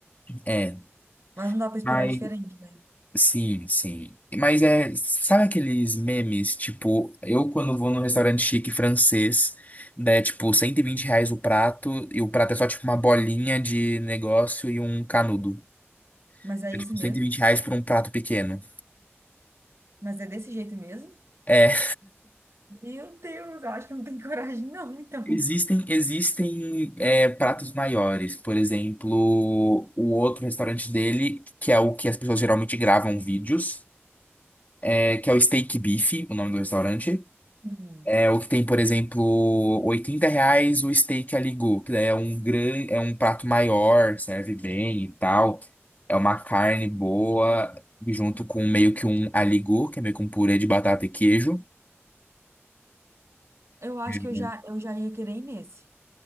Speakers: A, on the left; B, on the right.
A: É.
B: mas não dá pra esperar
A: Mas,
B: diferente, né?
A: sim, sim. Mas é, sabe aqueles memes, tipo, eu quando vou num restaurante chique francês, né, tipo, 120 reais o prato, e o prato é só tipo uma bolinha de negócio e um canudo.
B: Mas é
A: É
B: isso
A: tipo
B: mesmo?
A: 120 reais por um prato pequeno.
B: Mas é desse jeito mesmo?
A: É.
B: Meu Deus, eu acho que eu não tenho <laughs> coragem, não, então.
A: Existem, existem é, pratos maiores. Por exemplo, o outro restaurante dele, que é o que as pessoas geralmente gravam vídeos, é, que é o Steak Beef, o nome do restaurante.
B: Uhum.
A: É o que tem, por exemplo, 80 reais o steak aligu, que daí é um grande é um prato maior, serve bem e tal. É uma carne boa, junto com meio que um aligu, que é meio que um purê de batata e queijo.
B: Eu acho
A: Então,
B: que eu já, eu já ia querer ir nesse,